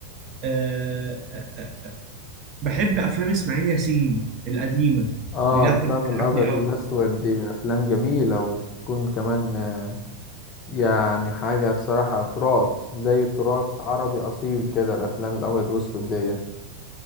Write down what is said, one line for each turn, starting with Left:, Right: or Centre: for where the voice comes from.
Right: أه أه أه بحب أفلام إسماعيل ياسين القديمة
Left: اه
Right: بجد
Left: افلام
Right: بتضحكني
Left: الابيض
Right: قوي
Left: والاسود دي افلام جميله وتكون كمان آه، يعني حاجه الصراحه تراث زي تراث عربي اصيل كده الافلام الابيض والاسود دي